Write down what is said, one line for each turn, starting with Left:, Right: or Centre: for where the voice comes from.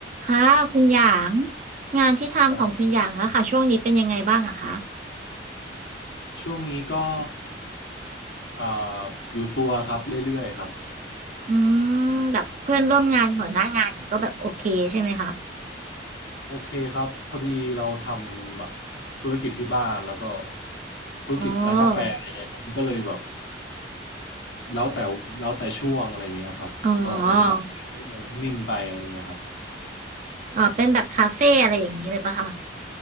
Right: ค่ะคุณหยางงานที่ทำของคุณหยางอะค่ะช่วงนี้เป็นยังไงบ้างอะคะ
Left: ครับช่วงนี้ก็เอ่ออยู่ตัวครับเรื่อยๆครับ
Right: อืมแบบเพื่อนร่วมงานหัวหน้างานอย่างนี้ก็แบบโอเคใช่ไหมคะ
Left: โอเคครับพอดีเราทำแบบธุรกิจที่บ้านแล้วก็ธุรกิจร้านกาแฟอะไรเงี้ยมันก็เลยแบบ
Right: อ๋อ
Left: แล้วแต่แล้วแต่ช่วงอะไรเงี้ยครับก็เป็นแบบ
Right: อ๋อ
Left: นิ่งๆไปอะไรเงี้ยครับ
Right: อ๋อเป็นแบบคาเฟ่อะไรอย่างนี้เลยปะคะ